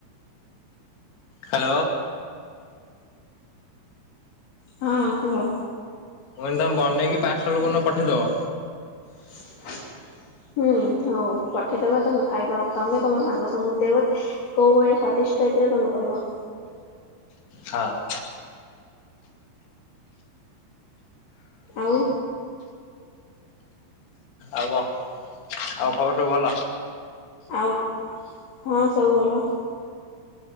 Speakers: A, on the left (about 70°); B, on the left (about 40°).
A: ହ୍ୟାଲୋ।
B: ହଁ କୁହ।
A: ମୁଁ କହିଲି ତମେ ବନେଇକି ପାର୍ସଲ କୋଉନ ପଠେଇଦବ।
B: <inaudible> ହୁଁ ହଉ ପଠେଇଦବା ତମେ ଖାଇବା ଆଉ। ତମେ ତମ ସାଙ୍ଗ ସମୁଁକୁ ଦେବ। କୋଉ ଭଳିଆ ସ୍ଵାଦିଷ୍ଟ ହେଇଥିଲା ତମେ କହିବ।
A: ହଁ।
B: ଆଉ
A: ଆଉ କଣ ଆଉ ଖବର ସବୁ ଭଲ?
B: ଆଉ ହଁ ସବୁ ଭଲ।